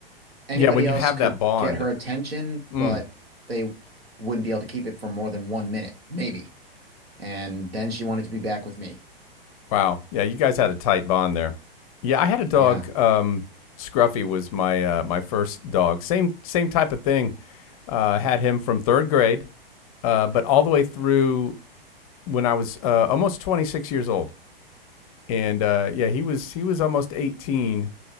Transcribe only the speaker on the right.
anybody
else
could
get her attention,
but they wouldn't be able to keep it for more than one minute, maybe. And then she wanted to be back with me.
Yeah,